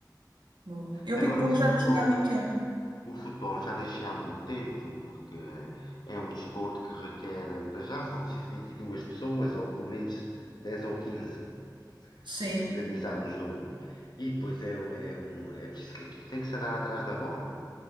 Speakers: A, on the right; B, on the left.
A: boa. Eu
B: Agora
A: ping-pong
B: o futebol,
A: já não jogo há muito tempo.
B: o futebol já deixei há muito tempo, porque é um desporto que requer, eh, para já, são preciso 22 pessoas, ou pelo menos 10 ou 15
A: Sim,
B: para se organizar um jogo. E depois é, o- é um. É preciso, que- aquilo tem que se andar atrás da bola.